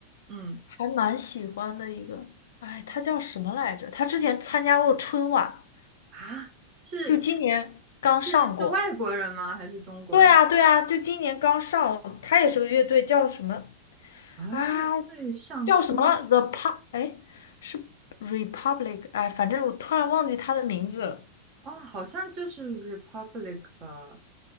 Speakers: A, on the right; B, on the left.
A: 嗯，
B: 还蛮喜欢的一个，哎，他叫什么来着？他之前参加过春晚，
A: 啊，是是
B: 就今年刚上过。
A: 是是外国人吗？还是中国人？
B: 对啊，对啊，就今年刚上，他也是个乐队，叫什么
A: 啊，
B: 啊？
A: 乐队上春
B: 叫什么 The Pa？哎，是 Republic？哎，反正我突然忘记他的名字了。
A: 啊，好像就是 Republic 吧？